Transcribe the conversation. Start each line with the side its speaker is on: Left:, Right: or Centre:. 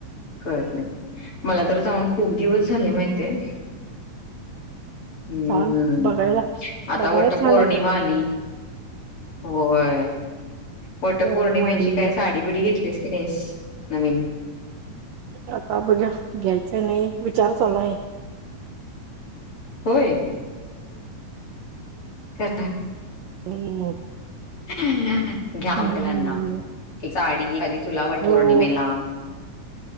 Left: कळत नाही मला तर जाऊन खूप दिवस झाले माहिित हाय हम्म
Right: छान
Left: हम्म
Right: बघायला
Left: आता
Right: बघायला
Left: वाटत
Right: छान
Left: पौर्णिमा
Right: आहे खरं
Left: आली होय वटपौर्णिमेची
Right: बोलणे माडी
Left: काय साडी बिडी घेतलीस की नाहीस नवी हम्
Right: आता बघा घ्यायचंय नाही विचार चालू हाय
Left: होय का
Right: हम्म
Left: हम् घ्याकलांना
Right: हम्म
Left: एकडी तुलावरट
Right: हो
Left: पर नयमेला